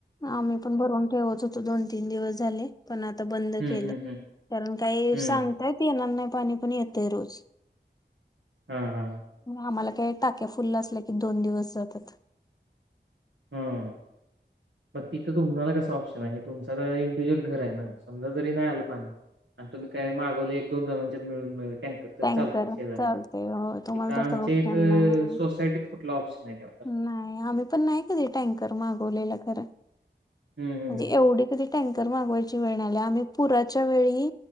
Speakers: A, on the left (about 20°); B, on the right (about 75°).
A: आम्ही पण भरवून ठेवत होतो दोन तीन दिवस झाले पण आता बंद
B: हं,
A: केलं
B: हं, हं.
A: कारण काही
B: हं.
A: सांगतायत येणार नाही पाणी पण येतेय रोज
B: हां, हां, हां.
A: आम्हाला ्या टाक्या फुलल्य असल्या की दोन दिवस जातात
B: हम्म मग तिथं तुम्हाला कसं ऑप्शन आहे तुमचा तर इंडिव्हिज्युअल घर आहे ना समजा जरी नाही आलं पाणी आणि तुम्ही काय मागवले एक दोन जणांच्यात मिळून मिळेल टँकर तरी
A: टँकर
B: चालतय शेजऱ्यांचे
A: चालतय हो तुम्हाला
B: इथ आमच्या
A: तसं ऑप्शन
B: इथ
A: नाही
B: सोसायटीत कुठला ऑप्शन आहे तेव्हा तर.
A: नाही आम्ही पण नाही कधी टँकर मागवलेलं खरं
B: हं, हं,
A: म्हणजे
B: हं.
A: एवढी कधी टँकर मागवायची वेळ नाही आली आम्ही पुराच्या वेळी